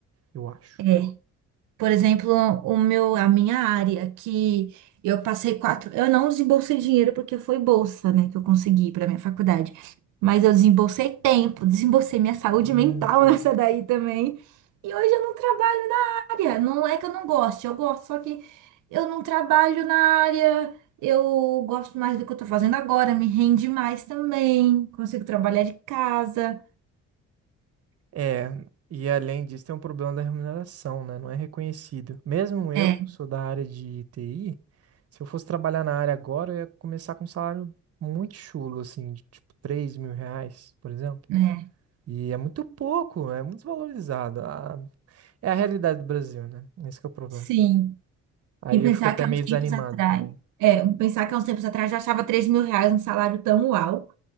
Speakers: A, on the right; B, on the right.
A: eu acho.
B: É. Por exemplo, o meu, a minha área, que eu passei quatro. Eu não desembolsei dinheiro porque foi bolsa, né, que eu consegui para minha faculdade. Mas eu desembolsei tempo, desembolsei minha saúde
A: Uhum.
B: mental <laughs> nessa daí também. E hoje eu não trabalho. área. Não é que eu não goste, eu gosto, só que eu não trabalho na área. Eu gosto mais do que eu tô fazendo agora, me rende mais também. Consigo trabalhar de casa.
A: É, e além disso, tem um problema da remuneração, né? Não é reconhecido. Mesmo eu,
B: É,
A: que sou da área de TI, se eu fosse trabalhar na área agora, eu ia começar com um salário muito chulo, assim, de tipo três mil reais, por exemplo.
B: né?
A: E é muito pouco, é muito desvalorizado. A- É a realidade do Brasil, né? Esse que é o problema.
B: Sim.
A: Aí
B: E pensar
A: eu fico até
B: que há
A: meio
B: uns tempos
A: desanimado
B: atrás.
A: também.
B: É, pensar que há uns tempos atrás já achava três mil reais um salário tão uau.